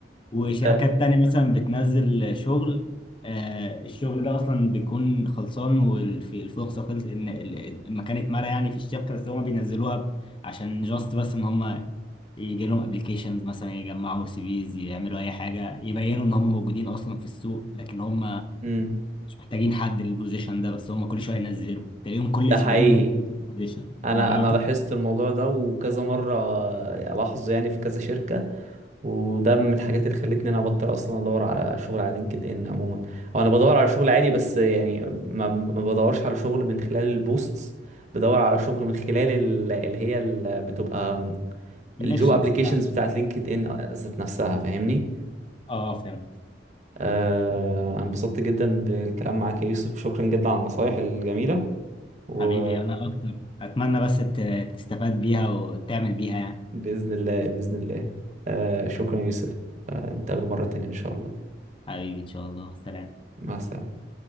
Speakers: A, on the left; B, on the right.
A: وشركات
B: ده
A: تانية مثلا بتنزل شغل آه الشغل ده اصلا بيكون خلصان والفرصة خلص ان ال- المكان اتملى يعني في الشركة بس هم بينزلوها ب- عشان جاست بس ان هم يجي لهم ابلكيشنز مثلا يجمعوا سي فيز يعملوا اي حاجة يبينوا ان هم موجودين اصلا في السوق لكن هم
B: امم
A: محتاجين حد للبوزيشن ده بس هم كل شويه ينزلوا تلاقيهم كل
B: ده
A: اسبوعين
B: حقيقي
A: منزلين البوزيشن
B: انا
A: وما بيبعتوش
B: انا لاحظت الموضوع ده وكذا مره الاحظه يعني في كذا شركه وده من الحاجات اللي خلتني انا ابطل اصلا ادور على شغل على لينكد ان عموما او انا بدور على شغل عادي بس يعني ما ما بدورش على شغل من خلال البوستس بدور على شغل من خلال ال- اللي هي ال- بتبقى
A: الكونكشنز
B: الجوب ابليكيشنز
A: بتاعتك
B: بتاعت لينكد ان ذات نفسها فاهمني
A: اه فهمت
B: آه انا انبسطت جدا بالكلام معاك يا يوسف وشكرا جدا على النصايح الجميله و
A: حبيبي انا اكتر اتمنى بس ت- تستفاد بيها وتعمل بيها يعني
B: بإذن الله بإذن الله آه شكرا يا يوسف آه نتقابل مرة تانية إن شاء الله
A: حبيبي ان شاء الله سلام
B: مع السلامة